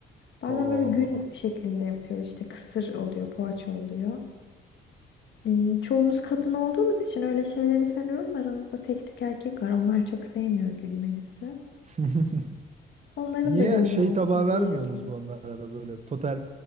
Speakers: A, on the left; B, on the right.
A: Bazen
B: Oo.
A: böyle gün şeklinde yapıyoruz işte. Kısır oluyor, poğaça oluyor. Ee, çoğumuz kadın olduğumuz için öyle şeyleri seviyoruz. Aramızda tek tük erkek var. Onlar çok sevmiyor gün menüsü.
B: <laughs>
A: Onların
B: Niye
A: da gönlü
B: şey
A: olsun
B: tabağı vermiyorsunuz
A: diye yapıyoruz.
B: bu onlara da böyle total